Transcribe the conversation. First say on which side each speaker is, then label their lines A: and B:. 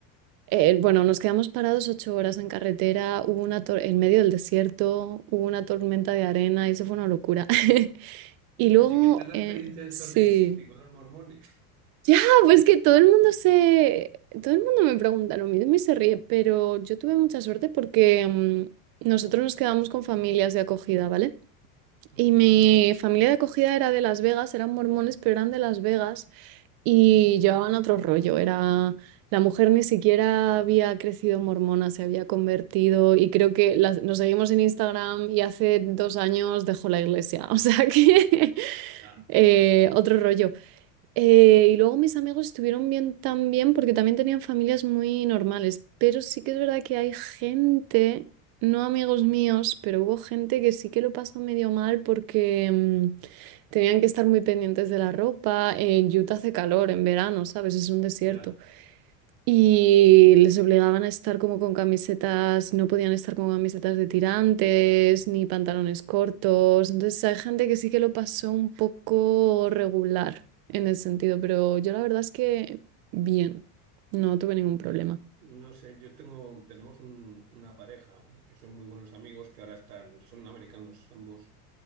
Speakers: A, on the right; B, on the right.
A: Eh, bueno, nos quedamos parados ocho horas en carretera, hubo una tor- en
B: Madre
A: medio
B: mía.
A: del desierto, hubo una tormenta de arena, y eso fue una locura. <laughs> Y luego,
B: Oye, ¿qué tal la
A: eh,
B: experiencia de
A: sí,
B: Salt Lake City con los mormones?
A: ya, pues que todo el mundo se, todo el mundo me pregunta lo mismo y se ríe, pero yo tuve mucha suerte porque mm, nosotros nos quedamos con familias de acogida, ¿vale?
B: Ujú.
A: Y mi familia de acogida era de Las Vegas, eran mormones, pero eran de Las Vegas. Y llevaban otro rollo, era la mujer ni siquiera había crecido mormona, se había convertido y creo que las- nos seguimos en Instagram y hace dos años dejó la iglesia, <laughs> o sea que
B: Ya,
A: eh,
B: ya,
A: otro rollo. Eh, y luego mis amigos estuvieron bien también porque también tenían familias muy normales, pero sí que es verdad que hay gente, no amigos míos, pero hubo gente que sí que lo pasó medio mal porque... mm, Tenían que estar muy pendientes de la ropa. En Utah hace calor en verano, ¿sabes? Es un desierto.
B: ya.
A: Y les obligaban a estar como con camisetas, no podían estar con camisetas de tirantes ni pantalones cortos. Entonces hay gente que sí que lo pasó un poco regular en ese sentido, pero yo la verdad es que bien, no tuve ningún
B: Ya,
A: problema.
B: no sé, yo tengo, tenemos un- una pareja que son muy buenos amigos, que ahora están, son americanos ambos